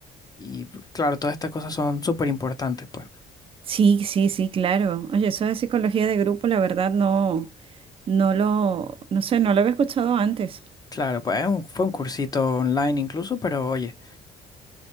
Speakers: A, on the left (about 20°); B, on the right (about 35°).
A: y, claro, todas estas cosas son súper importantes, pues.
B: Sí, sí, sí, claro. Oye, eso de psicología de grupo, la verdad, no, no lo, no sé, no lo había escuchado antes.
A: Claro, pues es un- fue un cursito online incluso, pero oye,